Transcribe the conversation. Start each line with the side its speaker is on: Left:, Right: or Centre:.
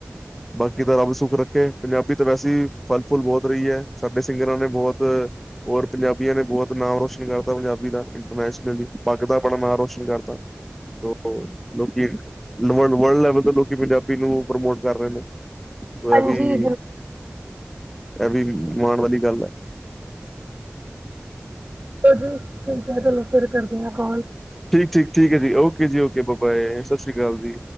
Centre: ਬਾਕੀ ਤਾਂ ਰੱਬ ਸੁੱਖ ਰੱਖੇ, ਪੰਜਾਬੀ ਤਾਂ ਵੈਸੇ ਈ ਫਲ-ਫੁਲ ਬੋਤ ਰੀਆ, ਸਾਡੇ ਸਿੰਗਰਾਂ ਨੇ ਬੋਤ। ਤ ਹੋਰ ਪੰਜਾਬੀਆਂ ਨੇ ਬੋਤ ਨਾ ਰੋਸ਼ਨ ਕਰਤਾ ਪੰਜਾਬੀ ਦਾ ਇੰਟਰਨੈਸ਼ਨਲੀ ਪੱਗ ਦਾ ਆਪਨਾ ਨਾ ਰੋਸ਼ਨ ਕਰਤਾ। <unintelligible> ਲੋਕੀ ਵਰਲਡ ਲੈਵਲ ਤੋਂ ਲੋਕੀ ਪੰਜਾਬੀ ਨੂੰ ਪ੍ਰਮੋਟ ਕਰ ਰਏ ਨੇ। ਔਰ
Right: ਹਾਂਜੀ
Centre: ਐ ਵੀ ਐ ਵੀ ਮਾਨ ਵਾਲੀ ਗੱਲ ਐ। <inaudible>
Right: ਠੀਕ ਆ ਜੀ, ਠੀਕਾ ਚਲੋ ਫੇਰ ਕਰਦੀ ਆ ਕੋਲ।
Centre: ਠੀਕ-ਠੀਕ-ਠੀਕ ਐ ਜੀ, ਓਕੇ ਜੀ, ਓਕੇ, ਬ-ਬਾਏ, ਸਸ਼੍ਰੀ ਕਾਲ ਜੀ।